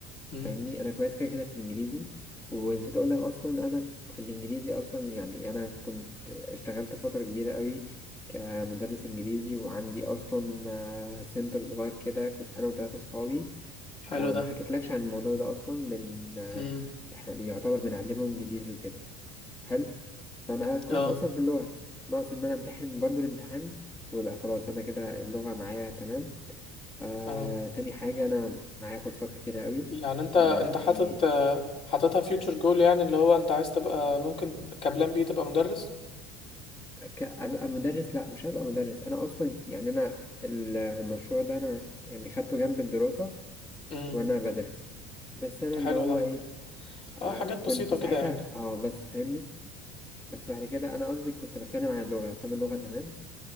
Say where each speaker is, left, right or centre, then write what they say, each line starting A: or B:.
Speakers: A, on the left; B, on the left.
A: مم.
B: فاهمني انا كويس كده كده في الانجليزي ونسيت اقول لك اصلا انا في الانجليزي اصلا يعني انا كنت اشتغلت فتره كبيره قوي كمدرس انجليزي وعندي اصلا آه، سنتر صغير كده كنت انا وثلاثه صحابي
A: حلو
B: آه، ما
A: ده
B: حكيتلكش عن الموضوع ده اصلا بن آه،
A: مم.
B: احنا بيعتبر بنعلمهم انجليزي وكده حلو فانا كويس
A: اه
B: اصلا في اللغه ناقص ان انا امتحن برضه الامتحان ويبقى خلاص انا كده اللغه معايا تمام آه،
A: اه
B: تاني حاجة أنا معايا كورسات كتيرة قوي
A: يعني انت انت
B: آه،
A: حاطط
B: يعني
A: حاططها فيوتشر جول يعني اللي هو انت عايز تبقى ممكن كبلان بي تبقى مدرس
B: ك- أبقى مدرس لأ مش هبقى مدرس أنا أصلا يعني أنا المشروع ده أنا يعني خدته جنب الدراسة
A: امم
B: وأنا بدرس بس أنا اللي
A: حلو
B: هو
A: ده
B: إيه آه،
A: اه حاجات
B: كنت
A: بسيطة
B: ساعتها
A: كده يعني
B: أه بس فاهمني بس بعد كده أنا قصدي كنت بتكلم عن اللغة فأنا اللغة تمام